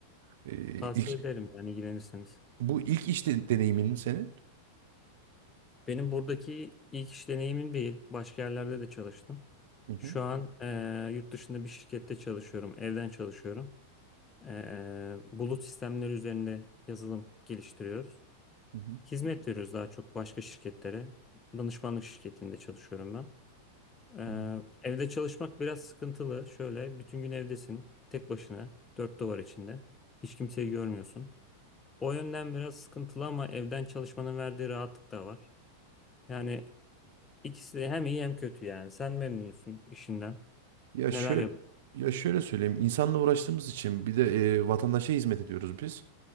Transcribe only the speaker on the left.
Tavsiye
ederim yani ilgilenirseniz.
Benim buradaki ilk iş deneyimim değil. Başka yerlerde de çalıştım.
Şu an eee, yurt dışında bir şirkette çalışıyorum. Evden çalışıyorum. Eee, bulut sistemleri üzerinde yazılım geliştiriyoruz.
Hizmet veriyoruz daha çok başka şirketlere. Danışmanlık şirketinde çalışıyorum ben. Eee,
evde çalışmak biraz sıkıntılı. Şöyle bütün gün evdesin. Tek başına. Dört duvar içinde. Hiç kimseyi görmüyorsun. O yönden biraz sıkıntılı ama evden çalışmanın verdiği rahatlık da var. Yani İkisi de hem iyi hem kötü yani. Sen memnun musun işinden?
Neler
yapıyorsun?